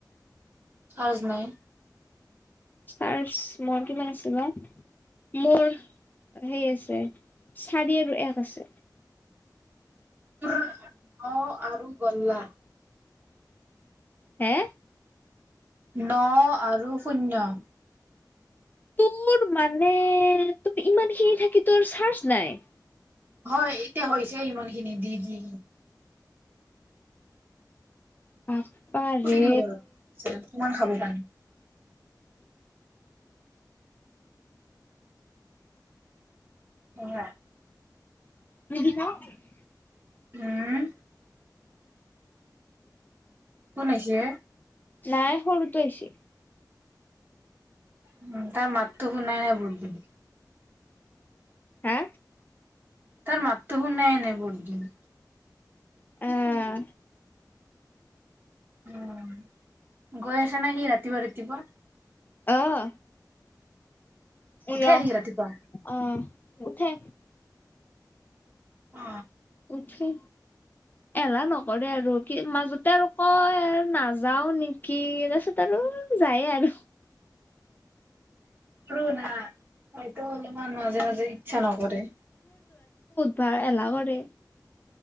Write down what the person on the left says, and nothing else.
চাজ মোৰ কিমান আছে বা মোৰ হেই আছে, চাৰি আৰু এক আছে।
হে
তোৰৰো মানে, তোৰ ইমানখিনি থাকি তোৰ চাৰজ নাই।
হয় পাৰে
এৰি <unintelligible>
নাই সৰুটো আহিছে।
হা
আহ
অ'হ এইয়া
অ উঠে
উঠি, এলাহ নকৰে আৰু কি মাজতে আৰু কয় আৰু নাযাওঁ নেকি তাৰপাছত আৰু যায় আৰু
বা এলাহ কৰে।